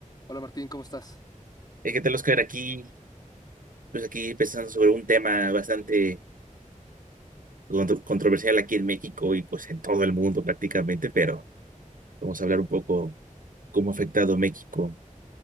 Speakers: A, on the left (about 30°); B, on the right (about 80°).
A: Hola Martín, ¿cómo estás?
B: Eh, ¿Qué tal, Oscar? Aquí, pues aquí pensando sobre un tema bastante contro- controversial aquí en México y pues en todo el mundo prácticamente, pero vamos a hablar un poco cómo ha afectado México.